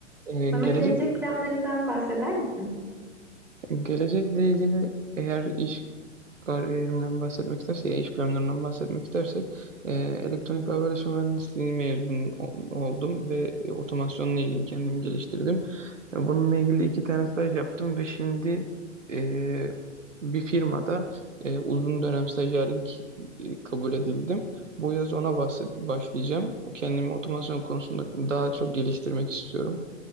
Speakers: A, on the right (about 75°); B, in the centre.
A: Ee, gelecek
B: Bana gelecek planlarından bahseder misin?
A: gelecekle ilgili eğer iş kariyerimden bahsetmek istersek, ya iş planlarından bahsetmek istersek, e, elektronik ve haberleşme mühendisliği mezun o- oldum ve e, otomasyonla ilgili kendimi geliştirdim. E, Bununla ilgili iki tane staj yaptım ve şimdi e, bir firmada e, uzun dönem stajyerlik e, kabul edildim. Bu yaz ona bahset- başlayacağım. Kendimi otomasyon konusunda daha çok geliştirmek istiyorum.